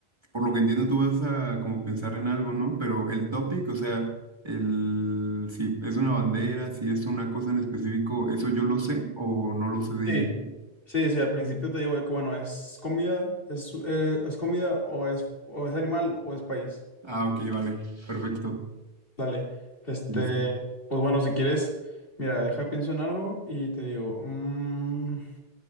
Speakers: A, on the right; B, on the left.
A: por lo que entiendo, tú vas a como pensar en algo, ¿no? Pero el topic, o sea, el, si es una bandera, si es una cosa en específico, ¿eso yo lo sé o no lo sé de
B: Sí,
A: inicio?
B: sí, sí, al principio te digo de que, bueno, es comida, es, eh, es comida o es, o es animal o es país.
A: Ah, ok, vale, perfecto.
B: Dale, este,
A: Sí, sí, sí.
B: pues bueno, si quieres, mira, deja, pienso en algo y te digo, mm,